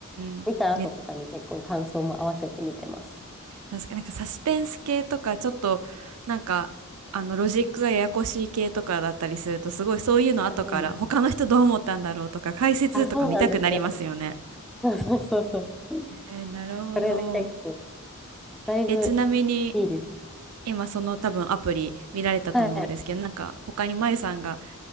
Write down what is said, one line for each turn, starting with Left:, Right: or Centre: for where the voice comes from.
Right: んうん。
Centre: 見た後とかに結構感想も合わせて見てます。
Right: ね確かになんかサスペンス系とかちょっとなんかあのロジックがややこしい系とかだったりするとすごいそういうの後から他の人どう思ったんだろうとか解説とか見たくなりますよね。
Centre: あ、うんあ、そうなんですよ。そうそうそうそう。
Right: えー、なるほど。
Centre: それで結構、だいぶ
Right: え、ちなみに
Centre: いいです。
Right: 今その多分アプリ見られたと思うんですけどなんか他にまゆさんが
Centre: はい。